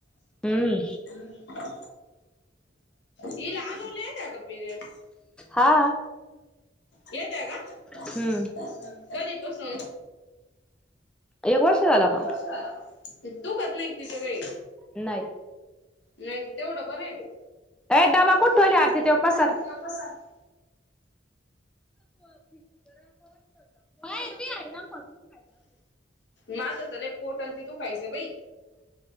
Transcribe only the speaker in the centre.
हम्म
हा.
हम्म एक वर्ष. झाला आता
नाही.
अय डबा कुठं ठेवलय आरती त्यो पसारा.
<inaudible>